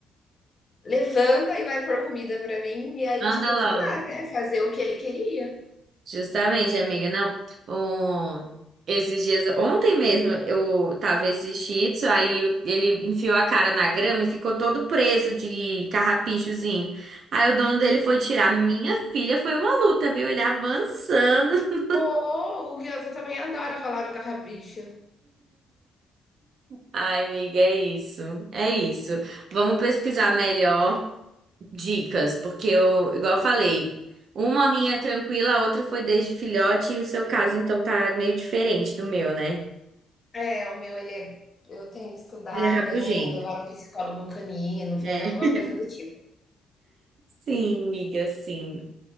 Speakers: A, on the left; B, on the right.
A: levanta e vai pôr comida pra mim. E aí,
B: Anda
A: tipo, eu
B: logo.
A: fui lá, né? Fazer o que ele queria.
B: Justamente, amiga. Não, o- esses dias, ontem mesmo, eu tava esse Shih Tzu, aí ele enfiou a cara na grama e ficou todo preso de carrapichozinho. Aí o dono dele foi tirar. Minha filha foi uma luta, viu? Ele avançando. <laughs>
A: Oh, o Guiosa também adora rolar no carrapicho.
B: Ai, amiga, é isso. É isso. Vamos pesquisar melhor dicas, porque eu, igual eu falei, uma minha é tranquila, a outra foi desde filhote, e o seu caso, então, tá meio diferente do meu, né?
A: É, o meu ele é eu tenho que estudar
B: Ele é rabugento,
A: bem, levar um psicólogo canino,
B: né?
A: fazer alguma
B: <laughs>
A: coisa do tipo.
B: Sim, amiga, sim.